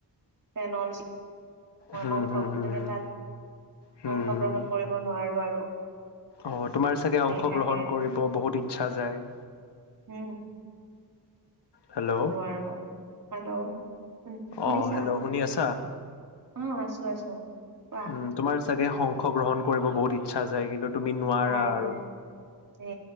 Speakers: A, on the right; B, on the left.
A: ফেনল মই
B: হুম
A: অংশ
B: হুম হুম
A: মানে
B: হুম
A: তাত
B: হুম
A: অংশগ্ৰহণ কৰিব নোৱাৰো আৰু
B: অ তোমাৰ চাগে অংশগ্ৰহণ
A: হেৰি থাকে
B: কৰিব বহুত ইচ্ছা যায়
A: উম
B: হেল্ল'
A: সেইটো নোৱাৰো হেল্ল' শুন শুনিছা
B: অ হেল্ল' শুনি আছা।
A: অ আছো, আছো। কোৱা
B: উম তোমাৰ চাগে সংশ গ্ৰহণ কৰিব বহুত ইচ্ছা যায় কিন্তু তুমি নোৱাৰা
A: যাই
B: আৰু।
A: যায় সে